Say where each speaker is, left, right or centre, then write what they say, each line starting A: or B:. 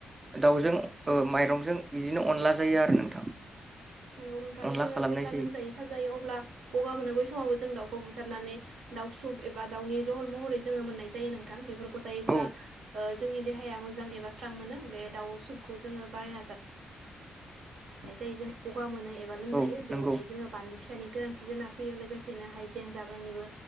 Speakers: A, on the right; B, on the right.
A: दाउजों ओ माइरंजों बिदिनो अनला जायो आरो नोंथां
B: नंगौ नोंथां
A: अनला
B: जोङो
A: खालामनाय
B: जेब्ला
A: जायो
B: लोमजाय साजायो अब्ला गगा मोनो बै समावबो जों दाउखौ बुथारनानै दाउ सुब एबा दावउनि जहल म हरै जोङो मोननाय जायो नोंथां बेफोर खौ जायोब्ला
A: औ
B: ओ जोंनि देहाया मोजां एबा स्रां मोनो बे दाउ सुपखौ जोङो बानायना जा नाय जायो जों गगा मोनै एबा लोमजायो
A: औ
B: बेवहाय
A: नंगौ
B: जोङो बानलु फिसानि गोनांथि जाना फैयो लोगोसेनो हाइजें जाब्रांनिबो